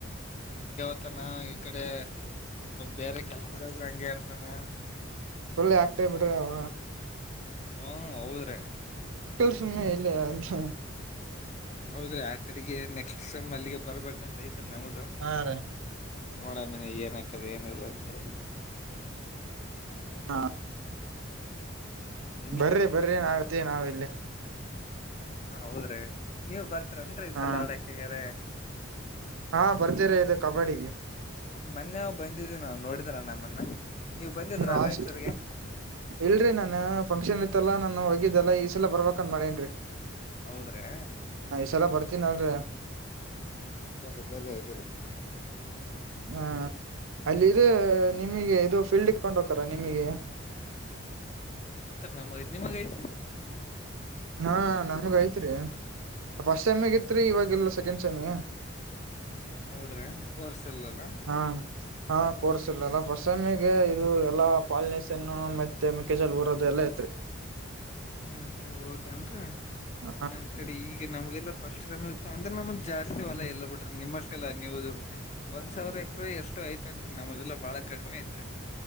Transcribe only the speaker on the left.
ಇರ್ತಾನ ಈ ಕಡೆ ಬೇರೆ ಕೆಲ್ಸದ ಹಂಗಗೆ ಇರ್ತಾನ.
ಹಾ ಹೌದ್ರಿ.
ಹೌದ್ರಿ ಆ ಕಡೆಗೆ ನೆಕ್ಸ್ಟ್ ಸೈಮ್ ಅಲ್ಲಿಗೆ ಬರ್ಬೇಕಂತ ಐತ್ರಿ ನಾವ್ದ.
ನೋಡಾಮೇನ್ ಏನ್ಕದ ಏನ ಇಿಲ್ಲ ಅಂತರಿ.
ನೀ
ಹೌದ್ರಿ ನೀವು್ ಬರ್ತ. ಹತ್ರನ್ೀ ಈ
ಸಲ ಆಡಕಗಾರ.
ಮೊನ್ನೆ ಬಂದಿದೀವಿ ನಾವವು ನೋಡಿದ್ರ ನಮ್ಮನ್ನ ನೀವ್ ಬಂದಿದ್ರ
ರಾಯಚೂಗೆ.
ಹೌದ್ರೆ.
ಹ್ಮ್ ಬರ್ರಿ ಬರ್ರಿ ಹಾಗಗ್ರ.
ನಮ್ಮತ್ ನಿಮಗೈತೆ.
ಹೌದ್ರಿ. ಕೋರ್ಸ್ ಇಲ್ಲಲ್ಲ
ಹ್ಮ್. ಹೌದ ಅಂದ್ರೆ
ನಮ್ ಕಡೆ ಈಗ ನಮ್ಗೆಲ್ಲ ಪಷ್ಟ ಸಮಯ ಇತ ಅಂದ್ರೆ ನಮ್ಮ ಜಾ. ಅಷ್ಟೇವಲ್ಲ ಎಲ್ಲ ಬಿಟ್ರೆ ನಿಮ್ಮಷ್ಟೆಲ್ಲ ನೀವುದು. ಒಂದ್ ಸಾವಿರ ಎಕ್ರ ಎಷ್ಟು ಐತೆತ್ರಿ ನಮ್ಮದಲ್ಲಾ ಬಾಳ ಕಡಿಮೆ ಐತ್ರಿ.